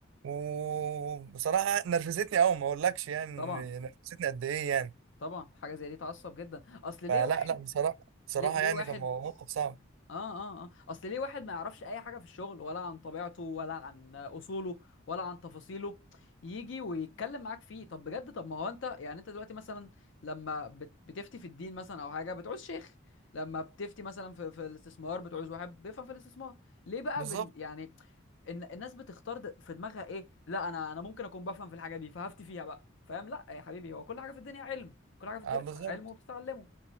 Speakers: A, on the right; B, on the left.
A: وبصراحه نرفزتني قوي ما اقولكش يعني
B: طبعا
A: نرفزتني قد ايه يعني
B: طبعا حاجه زي دي تعصب جدا اصل
A: فلا
B: ليه واحد
A: لا بصراحه بصراحه
B: ليه ليه
A: يعني
B: واحد
A: كان موقف صعب
B: اه اه اه اصل ليه واحد ما يعرفش اي حاجه في الشغل ولا عن طبيعته ولا عن اصوله ولا عن تفاصيله يجي ويتكلم معاك فيه طب بجد طب ما هو انت يعني انت دلوقتي مثلا لما بت- بتفتي في الدين مثلا او حاجه بتعوز شيخ لما بتفتي مثلا في في الاستثمار بتعوز واحد بيفهم في الاستثمار ليه بقى
A: بالظبط
B: بن يعني ان الناس بتختار د- في دماغها ايه لا انا انا ممكن اكون بفهم في الحاجه دي فهفتي فيها بقى فاهم لا يا حبيبي هو كل حاجه في الدنيا علم كل حاجه في الدنيا
A: اه بالظبط
B: علم وبتتعلمه